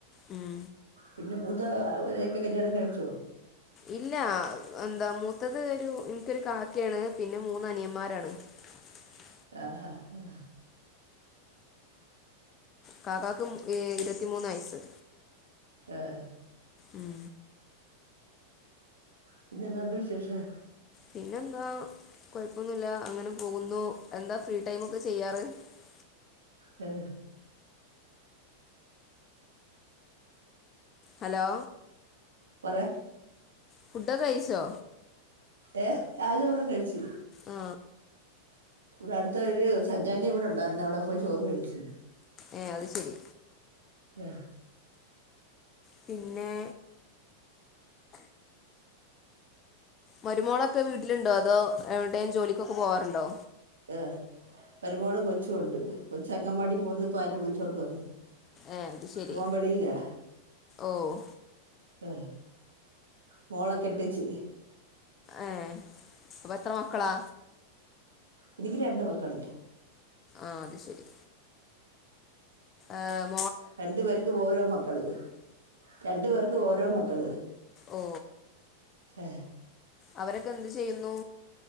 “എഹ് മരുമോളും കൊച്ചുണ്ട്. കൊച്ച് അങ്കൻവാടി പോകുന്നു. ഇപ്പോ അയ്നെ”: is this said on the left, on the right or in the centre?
Right